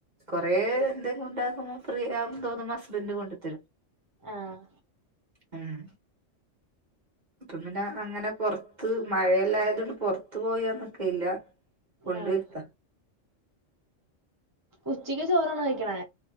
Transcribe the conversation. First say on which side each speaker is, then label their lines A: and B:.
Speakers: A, on the right; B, on the right.
A: കൊറെ എന്തെക്ക ഉണ്ടാക്കുമ്പോ പ്രിയെന്ന് തോന്നും ഹസ്ബന്ഡ് കൊണ്ടു തരും
B: ആഹ
A: മ്മ്ഹ് അത പിന്നെ അങ്ങനെ പൊറത്ത് മഴയല്ലായത കൊണ്ട് പുറത്ത് പോയന്നൊക്കെ ഇല്ല കൊണ്ടു
B: ആഹ്
A: എത്ത
B: ഉച്ചയ്ക്ക് ചോറാണ് കഴിക്കണേ